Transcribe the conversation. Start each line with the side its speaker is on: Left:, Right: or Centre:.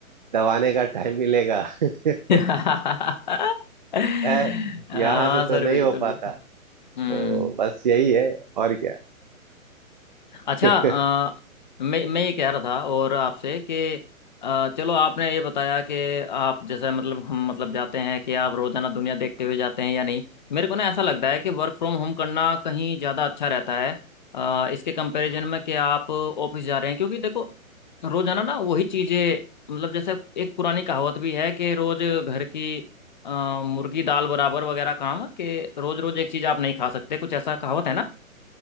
Right: दबाने का टाइम मिलेगा <laughs>
Left: हम्म। हाँ
Right: है यहाँ से तो
Left: सर
Right: नहीं
Left: बिल्कुल
Right: हो पाता
Left: बिल्कुल
Right: तो
Left: हम्म
Right: बस यही है और क्या
Left: अच्छा
Right: <laughs>
Left: अ, मैं मैं ये कह रहा था और आपसे कि अ, चलो आपने ये बताया कि आप जैसे मतलब हम मतलब जाते हैं कि आप रोजाना दुनिया देखते हुए जाते हैं या नहीं मेरे को ना ऐसा लगता है कि वर्क फ्रॉम होम करना कहीं ज़्यादा अच्छा रहता है अ, इसके कंपैरिजन में कि आप ऑफिस जा रहे हैं क्योंकि देखो रोजाना ना वही चीज़ें मतलब जैसे एक पुरानी कहावत भी है कि रोज घर की अ, मुर्गी दाल बराबर वगैरह काम कि रोज रोज एक चीज़ आप नहीं खा सकते कुछ ऐसा कहावत है ना